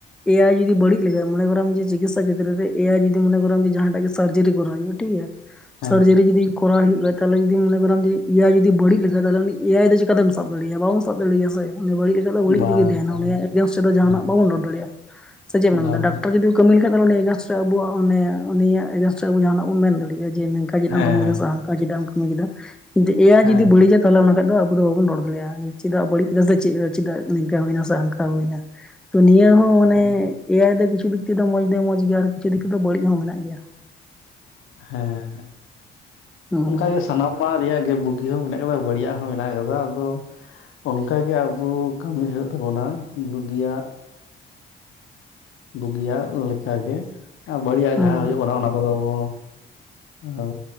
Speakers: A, in the centre; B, on the left.
A: ᱮᱭᱟᱭ ᱡᱩᱫᱤ ᱵᱟᱹᱲᱤᱡ ᱞᱮᱠᱟ ᱢᱚᱱᱮ ᱠᱚᱨᱟᱣᱢ ᱡᱮ ᱪᱤᱠᱤᱥᱥᱟ ᱠᱷᱮᱛᱨᱮ ᱨᱮ ᱮᱟᱭᱟᱭ ᱡᱚᱫᱤ ᱢᱚᱱᱮ ᱠᱚᱨᱟᱢ ᱡᱟᱦᱟᱸᱴᱟᱜ ᱜᱮ ᱥᱟᱨᱡᱟᱨᱤ ᱠᱚᱨᱟᱣᱧ ᱢᱮ ᱴᱷᱤᱠ ᱜᱮᱭᱟ᱾
B: ᱦᱮᱸ
A: ᱥᱟᱨᱡᱟᱨᱤ ᱡᱩᱫᱤ ᱠᱚᱨᱟ ᱦᱩᱭᱩᱜ ᱠᱷᱟᱡ ᱛᱟᱦᱞᱮ ᱡᱩᱫᱤ ᱢᱚᱱᱮ ᱠᱚᱨᱟᱢ ᱡᱮ ᱡᱩᱫᱤ ᱮᱭᱟᱭ ᱡᱩᱫᱤ ᱵᱟᱹᱲᱤᱡ ᱞᱮᱠᱷᱟᱡ ᱛᱟᱦᱞᱮ ᱩᱱᱤ ᱮᱭᱟᱭ ᱫᱚ ᱪᱤᱠᱟ ᱚᱠᱟ ᱛᱮᱢ ᱥᱟᱵ ᱫᱟᱲᱮᱭᱟᱜ ᱵᱟᱵᱚᱱ ᱥᱟᱵ ᱫᱟᱰᱮᱭᱟ ᱦᱳᱭ ᱩᱱᱤ ᱵᱟᱹᱲᱤᱡ ᱞᱮᱱᱠᱷᱟᱱ ᱵᱟᱹᱲᱤᱡ
B: ᱵᱟᱝ
A: ᱨᱮᱜᱮ ᱛᱟᱦᱮᱱᱟ
B: ᱵᱟᱝ
A: ᱩᱱᱤᱭ
B: ᱦᱮᱸ
A: ᱮᱜᱽᱱᱮᱥᱴ ᱨᱮᱫᱚ ᱡᱟᱦᱟᱱᱟᱜ
B: ᱦᱮᱸ
A: ᱵᱟᱵᱚᱱ ᱨᱚᱲ ᱫᱟᱲᱮᱭᱟᱜ ᱥᱮ ᱪᱮᱫ ᱵᱚᱱ
B: ᱵᱟᱝ
A: ᱢᱮᱱᱫᱟ ᱰᱟᱠᱛᱚᱨ ᱡᱩᱫᱤ ᱠᱟᱹᱢᱤ ᱞᱮᱠᱷᱟᱱ ᱫᱚ ᱱᱚᱰᱮ ᱩᱱᱤ ᱮᱜᱮᱱᱥᱴ ᱨᱮ ᱟᱵᱚᱣᱟᱜ ᱩᱱᱤᱭᱟᱜ ᱮᱜᱽᱱᱮᱥᱴ ᱨᱮ ᱟᱵᱚ ᱡᱟᱦᱟᱱᱟᱜ ᱵᱚᱱ ᱢᱮᱱ ᱫᱟᱲᱮᱭᱟᱜᱼᱟ ᱡᱮ ᱱᱚᱝᱠᱟ ᱱᱝᱠᱟ ᱪᱟᱜ ᱮᱢ
B: ᱦᱮᱸ
A: ᱠᱟᱹᱢᱤ ᱠᱮᱫᱟ ᱥᱮ ᱦᱟᱱᱠᱟ ᱪᱮᱫᱟᱜ ᱮᱢ ᱠᱟᱹᱢᱤ ᱠᱮᱫᱟ ᱠᱤᱱᱛᱩ ᱮᱭᱟᱭ
B: ᱦᱮᱸ
A: ᱡᱩᱫᱤ ᱵᱟᱹᱲᱤᱡᱟ ᱚᱱᱟ ᱠᱷᱟᱱ ᱫᱚ ᱟᱵᱚ ᱫᱚ ᱵᱟᱵᱚᱱ ᱨᱚᱲ ᱫᱟᱲᱮᱭᱟᱜᱼᱟ ᱪᱮᱫᱟᱜ ᱵᱟᱹᱲᱤᱡ ᱱᱟ ᱥᱮ ᱪᱮ ᱪᱮᱫᱟᱜ ᱱᱤᱝᱠᱟ ᱦᱩᱭᱱᱟ ᱥᱮ ᱦᱟᱝᱠᱟ ᱦᱩᱭᱱᱟ ᱾ ᱛᱚ ᱱᱤᱭᱟᱹ ᱦᱚᱸ ᱢᱟᱱᱮ
B: ᱦᱮᱸ
A: ᱮᱭᱟᱭ ᱫᱚ ᱠᱤᱪᱷᱩ ᱫᱤᱠ ᱛᱮᱫᱚ ᱢᱚᱸᱡᱽ ᱫᱚ ᱢᱚᱸᱡᱽ ᱜᱮᱭᱟ ᱟᱨ ᱠᱤᱪᱷᱩ ᱫᱤᱠ ᱛᱮᱫᱚ ᱵᱟᱹᱲᱤᱡ ᱦᱚᱸ ᱢᱮᱱᱟᱜ ᱜᱮᱭᱟ ᱾
B: ᱦᱮᱸ ᱦᱮᱸ
A: ᱦᱩᱸ
B: ᱚᱱᱠᱟ ᱜᱮ ᱥᱟᱱᱟᱢᱟᱜ ᱨᱮᱭᱟᱜ ᱜᱮ ᱵᱩᱜᱤ ᱦᱚᱸ ᱢᱮᱱᱟᱜ ᱟᱠᱟᱫᱟ ᱵᱟᱲᱤᱡᱟᱜ ᱦᱚᱸ ᱢᱮᱱᱟᱜ ᱟᱠᱟᱫᱟ ᱟᱫᱚ ᱚᱝᱠᱟ ᱜᱮ ᱟᱵᱚ ᱠᱟᱹᱢᱤ ᱦᱩᱭᱩᱜ ᱛᱟᱵᱚᱱᱟ ᱵᱩᱜᱤᱭᱟᱜ ᱵᱩᱜᱤᱭᱟᱜ ᱞᱮᱠᱟᱜᱮ ᱟᱨ ᱵᱟᱹᱲᱤᱡᱟᱜ
A: ᱦᱩᱸ
B: ᱡᱟᱦᱟᱸ ᱦᱩᱭᱩᱜ ᱟᱱᱟ ᱚᱱᱟ ᱠᱚᱫᱚ ᱵᱚ ᱟᱨ